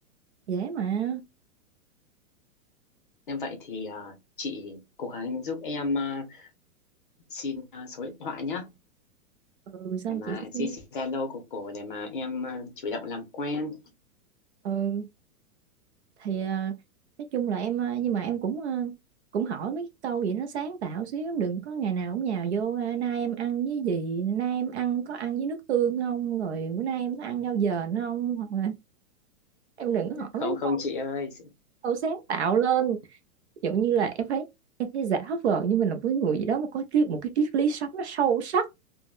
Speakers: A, on the right; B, on the left.
A: dễ mà
B: Nên vậy thì à, chị cố gắng giúp em à, xin à, số điện thoại nhá
A: ừ sao
B: để mà
A: chị sẽ
B: chị
A: xin
B: xin Zalo của cổ để mà em à, chủ động làm quen
A: ừ thì à, nói chung là em à, nhưng mà em cũng à, cũng hỏi mấy câu gì nó sáng tạo xíu đừng có ngày nào cũng nhào vô à, nay em ăn với gì nay em ăn có ăn với nước tương không rồi bữa nay em có ăn rau dền không hoặc là <laughs> em đừng có hỏi
B: không
A: mấy
B: không
A: câu
B: chị ơi
A: câu sáng tạo lên giống như là em thấy em thấy giả vờ như mình là với người gì đó mà có triết một cái triết lý sống nó sâu sắc